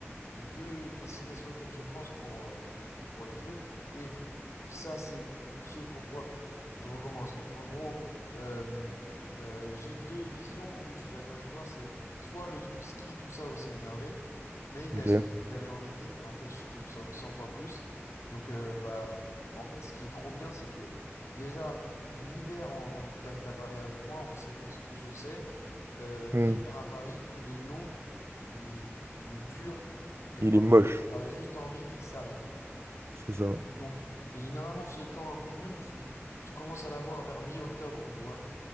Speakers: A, on the left (about 80°); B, on the right (about 60°).
A: j'ai deux destinations auxquelles je pense pour, euh, pour les trucs. Et ça, c'est ce pourquoi je recommence. En gros, euh, euh, j'ai deux visions où je suis d'accord avec toi. C'est soit le truc ski, tout ça, où c'est énervé. Mais il y
B: Ok.
A: a ce truc d'aller en été. Et en fait, je kiffe 100, cent fois plus. Donc, euh, bah, en fait, ce qui est trop bien, c'est que déjà, l'hiver, on, on- t'habites à Paris avec moi, on sait, on s- on se sait. Euh, l'hiver
B: Hmm.
A: à Paris, il est long, il est, il est dur, et
B: Il
A: franchement,
B: est moche.
A: t'as t'as juste envie qu'il s'arrête, quoi.
B: C'est ça.
A: Et donc, et généralement, ce temps un peu nul, tu, tu commences à l'avoir vers mi-octobre, tu vois.